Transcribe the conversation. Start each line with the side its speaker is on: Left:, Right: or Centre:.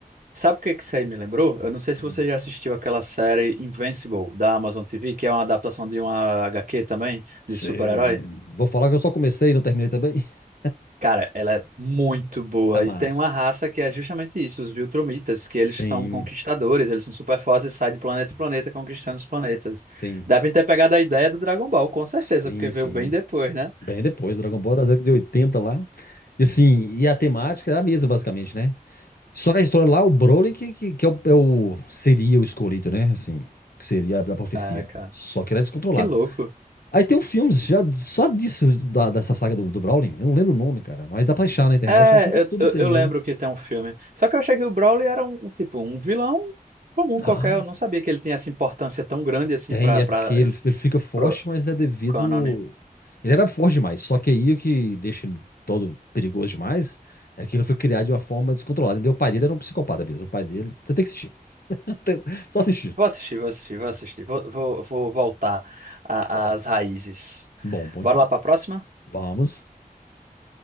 Right: Sabe o que que isso aí me lembrou? Eu não sei se
Left: Hum.
Right: você já assistiu aquela série Invincible, da Amazon TV, que é uma adaptação de uma HQ também,
Left: Sim.
Right: de super-herói.
Left: Vou falar que eu só comecei e não terminei também. <laughs>
Right: Cara, ela é muito boa.
Left: É massa.
Right: E tem uma raça que é justamente isso, os Viltrumitas, que eles
Left: Sim,
Right: são conquistadores, eles são super fortes e saem de planeta em planeta conquistando os planetas.
Left: sim,
Right: Devem ter pegado a ideia do Dragon Ball, com certeza,
Left: sim,
Right: porque veio
Left: sim.
Right: bem depois, né?
Left: Bem depois, Dragon Ball da década de 80 lá. E assim, e a temática é a mesma, basicamente, né? Só que a história lá, o Broly que, que, que é o, é o- seria o escolhido, né? Assim, que seria a, da profecia.
Right: Ah, cara,
Left: Só que ele é descontrolado.
Right: que louco.
Left: Aí tem um filme já só disso, da- dessa saga do, do Browning. Eu não lembro o nome, cara. Mas dá pra achar na internet.
Right: É,
Left: Acho que no YouTube
Right: eu, eu,
Left: tem
Right: eu lembro
Left: ele.
Right: que tem um filme. Só que eu achei que o Broly era um, tipo, um vilão comum
Left: Ah,
Right: qualquer. Eu não sabia que ele tinha essa importância tão grande assim
Left: tem.
Right: pra,
Left: É
Right: pra,
Left: porque ele, ele fica forte,
Right: pro
Left: mas é devido.
Right: cânone.
Left: Ele era forte demais. Só que aí o que deixa ele todo perigoso demais é que ele foi criado de uma forma descontrolada. Entendeu? O pai dele era um psicopata mesmo. O pai dele. Você tem que assistir. <laughs> Tem- Só assistir.
Right: Vou assistir, vou assistir, vou assistir. Vou, vou, vou voltar a-
Left: Vamos
Right: às
Left: lá.
Right: raízes.
Left: Bom, muito
Right: Bora
Left: bom.
Right: lá para a próxima?
Left: Vamos.